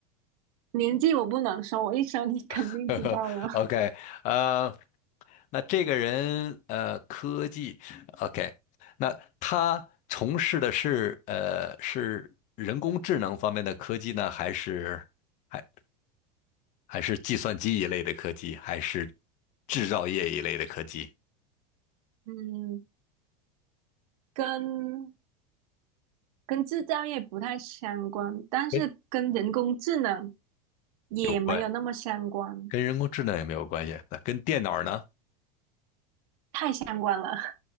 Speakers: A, on the right; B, on the left.
A: 年纪我不能说，我一说你肯定知道了，
B: <laughs> 呵呵 OK，呃，那这个人呃，科技，OK，那他从事的是呃是人工智能方面的科技呢，还是？还？还是计算机一类的科技，还是制造业一类的科技
A: <laughs> 嗯。跟跟制造业不太相关，但是跟人工智能
B: 诶
A: 也没有那么相关，
B: 有关，跟人工智能也没有关系。那跟电脑呢？
A: 太相关了，